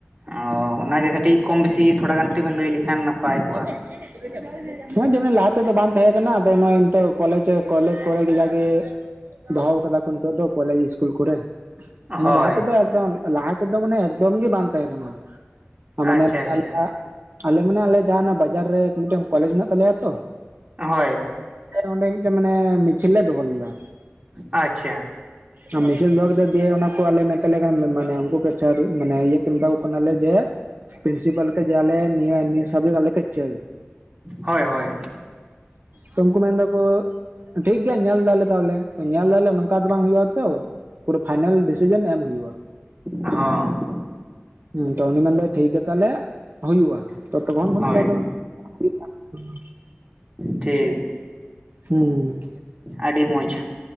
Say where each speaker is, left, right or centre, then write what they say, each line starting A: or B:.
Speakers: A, on the right; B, on the right.
A: ᱚ ᱚᱱᱟ ᱜᱮ ᱠᱟᱹᱴᱤᱡ ᱠᱚᱢ ᱵᱮᱥᱤ ᱛᱷᱚᱲᱟ ᱜᱟᱱ ᱠᱟᱹᱴᱤᱡ ᱵᱮᱱ ᱞᱟᱹᱭ ᱞᱮᱠᱷᱟᱱ ᱱᱟᱯᱟᱭ ᱼᱼ
B: <unintelligible> <unintelligible> ᱡᱮᱢᱚᱱ ᱞᱟᱦᱟ ᱛᱮᱫᱚ ᱵᱟᱝ ᱛᱟᱦᱮᱸ ᱠᱟᱱᱟ᱾ᱟᱫᱚ ᱱᱚᱜᱚᱭ ᱱᱤᱛᱚᱜ ᱠᱚᱞᱮᱡᱽ ᱠᱚᱞᱮᱡᱽ ᱠᱚ ᱨᱮ ᱜᱮ ᱡᱟᱜᱮᱼᱼ ᱫᱚᱦᱚ ᱟᱠᱟᱫᱟ ᱠᱚ ᱱᱤᱛᱚᱜ ᱫᱚ, ᱠᱚᱞᱮᱡᱽ ᱤᱥᱠᱩᱞ ᱠᱚᱨᱮ᱾ <unintelligible>
A: ᱦᱳᱭ
B: ᱞᱟᱦᱟ ᱛᱮ ᱫᱚ ᱞᱟᱦᱟ ᱛᱮᱫᱚ ᱢᱟᱱᱮ ᱮᱠᱫᱚᱢ ᱜᱮ ᱵᱟᱝ ᱛᱟᱦᱮᱸ ᱠᱟᱱᱟ᱾
A: ᱟᱪᱪᱷᱟ
B: ᱟᱨ ᱢᱟᱱᱮ
A: ᱟᱪᱪᱷᱟ
B: ᱟᱞᱮ ᱟᱞᱮ ᱢᱟᱱᱮ ᱟᱞᱮ ᱡᱟᱦᱟᱸ ᱵᱟᱡᱟᱨ ᱨᱮ, ᱢᱤᱫᱴᱮᱱ ᱠᱚᱞᱮᱡᱽ ᱢᱮᱱᱟᱜ ᱛᱟᱞᱮᱭᱟ ᱛᱚ᱾
A: ᱦᱳᱭ
B: ᱚᱸᱰᱮ ᱢᱤᱫᱴᱮᱱ ᱢᱟᱱᱮ ᱢᱤᱪᱷᱤᱞ ᱞᱮ ᱫᱚᱦᱚ ᱞᱮᱫᱟ᱾
A: ᱟᱪᱪᱷᱟ
B: ᱟᱨ ᱢᱤᱪᱷᱤᱞ ᱵᱷᱟᱜᱽ ᱫᱚ ᱫᱤᱭᱮ ᱚᱱᱟ ᱠᱚ ᱟᱞᱮ ᱢᱮᱛᱟᱞᱮ ᱢᱟᱱᱮ ᱩᱱᱠᱩ ᱠᱟᱨ ᱢᱟᱱᱮ ᱤᱭᱟᱹ ᱠᱚ ᱢᱮᱛᱟ ᱠᱚ ᱠᱟᱱᱟᱞᱮ ᱡᱮ, ᱯᱨᱤᱱᱥᱤᱯᱟᱞ ᱡᱮ ᱟᱞᱮ ᱱᱤᱭᱟᱹ ᱱᱤᱭᱟᱹ ᱥᱟᱵᱡᱮᱠᱴ ᱟᱞᱮ ᱛᱮᱫ ᱪᱟᱹᱭᱼᱼ
A: ᱦᱳᱭ ᱦᱳᱭ
B: ᱛᱚ ᱩᱱᱠᱩ ᱢᱮᱱ ᱫᱟᱠᱚ ᱴᱷᱤᱠ ᱜᱮᱭᱟ ᱧᱮᱞ ᱫᱟᱞᱮ ᱛᱟᱦᱞᱮ, ᱧᱮᱞ ᱫᱟᱞᱮ ᱱᱚᱝᱠᱟ ᱫᱚ ᱵᱟᱝ ᱦᱩᱭᱩᱜ ᱟ ᱛᱚ᱾ ᱯᱩᱨᱟᱹ ᱯᱷᱟᱭᱱᱟᱞ ᱰᱤᱥᱤᱡᱮᱱ ᱮᱢ ᱦᱩᱭᱩᱜᱼᱟ᱾
A: ᱦᱚᱸᱻ
B: ᱦᱮᱸ ᱛᱚ ᱩᱱᱤ ᱢᱮᱱᱫᱟᱭ ᱴᱷᱤᱠ ᱜᱮᱭᱟ ᱛᱟᱦᱞᱮ ᱦᱩᱭᱩᱜᱼᱟ᱾ ᱛᱚ ᱛᱚᱠᱷᱚᱱ ᱠᱷᱚᱱᱟᱜ
A: ᱦᱳᱭ
B: ᱜᱮ ᱟᱫᱚ ᱼᱼ <unintelligible>
A: ᱴᱷᱤᱠ
B: ᱦᱩᱸ
A: ᱟᱹᱰᱤ ᱢᱚᱡᱽ᱾